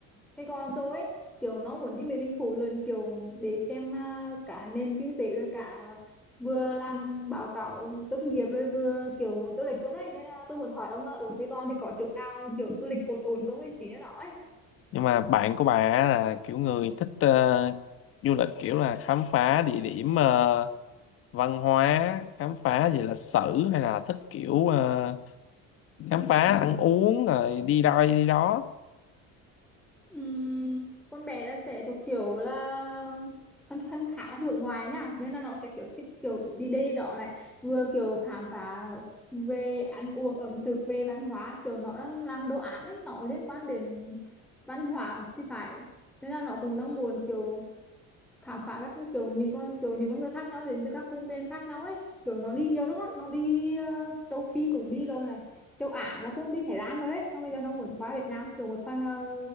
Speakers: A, in the centre; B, on the left.
A: Sài Gòn rồi ấy, kiểu nó muốn đi mấy thành phố lớn kiểu để xem à, cả nền kinh tế rồi cả vừa làm báo cáo tốt nghiệp rồi vừa kiểu du lịch luôn đấy nên là tôi muốn hỏi ông là ở Sài Gòn thì có chỗ nào kiểu du lịch ổn ổn không ấy chỉ cho nó ấy.
B: nhưng mà bạn của bà á là kiểu người thích ờ, du lịch kiểu là khám phá địa điểm ờ, văn hóa, khám phá về lịch sử hay là thích kiểu ờ, khám phá ăn uống rồi đi đây đi đó.
A: Ừm, con bé là sẽ thuộc kiểu là thân thân khá là hướng ngoại nha nên là nó sẽ kiểu thích kiểu đi đây đi đó này vừa kiểu khám phá về ăn uống ẩm thực về văn hóa kiểu nó đang làm đồ án ấy nó liên quan đến văn hóa thì phải nên là nó cũng đang muốn kiểu khám phá các kiểu những con kiểu những con người khác nhau đến từ các vùng miền khác nhau ấy kiểu nó đi nhiều nước lắm nó đi ờ, châu Phi cũng đi rồi này châu Á nó cũng đi Thái Lan rồi đấy xong bây giờ nó muốn qua Việt Nam kiểu một phần là